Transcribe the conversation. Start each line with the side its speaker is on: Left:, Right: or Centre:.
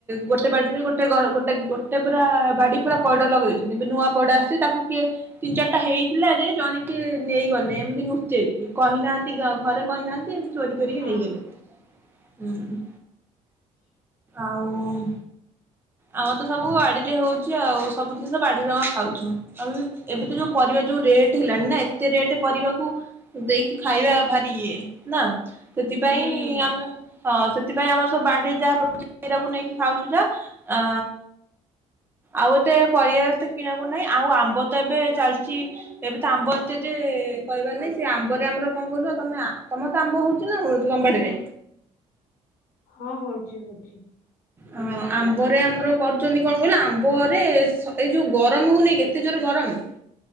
Right: ଗୋଟେ ବାଡ଼ିରେ ଗୋଟେ। ଗୋଟେ ଗୋଟେ ପୁରା ବାଡି ପୁରା। ପଇଡ ଲଗେଇ ଦେଇଛନ୍ତି ନୂଆ ପଇଡ ଆସିଛି ତାକୁ କିଏ ଦି ଚାରିଟା ହେଇଥିଲା ଯେ ଜଣେ କିଏ ନେଇଗଲେ ଏମିତି ଲୁଚେଇକି କହିନାହାନ୍ତି ଘରେ କହିନାହାନ୍ତି ଚୋରି କରିକି
Left: ହଁ
Right: ନେଇଗଲେ। ହୁଁ ଆଉ। ଆମର ତ ସବୁ ବାଡିରେ ହଉଛି ଆଉ ସବୁ ଜିନିଷ ବାଡିରୁ ଆମେ ଖାଉଛୁ ଆଉ ଏବେ ତ ଯୋଉ ପରିବାର। ଯୋଉ ରେଟ୍ ହେଲାଣି ନା ଏତେ ରେଟ୍ ପରିବାକୁ ଦେଇକି ଖାଇବା ଭାରି ଇଏ ନା। ସେଥିପାଇଁ
Left: ହୁଁ।
Right: ଆମେ। ହଁ ସେଥିପାଇଁ ଆମର ସବୁ ବାଡିରେ ଯାହା ସେଇଟାକୁ ନେଇକି ଖାଉଛୁ ଯା ଆ। ଆଉ ଏତେ ପରିବା ତ କିଣା କୁ ଆଉ ଆମ୍ବ ତ ଏତେ ଚାଲିଛି ଏବେ ତ ଆମ୍ବ ଏତେ ଯେ କହିବାର ନାହିଁ ସେ ଆମ୍ବରେ ଆମର ଆଉ ତମର ତ ଆମ୍ବ ହଉଛି ନା ହୋନି ତମ ବାଡିରେ?
Left: ହଁ ହଉଛି ହଉଛି।
Right: ଅ ଆମ୍ବରେ ଆମର କରୁଛନ୍ତି କଣ କହିଲ ଆମ୍ବରେ ଏଇ ଯୋଉ ଗରମ ହଉନେଇ କେତେ ଜୋର। ଗରମ?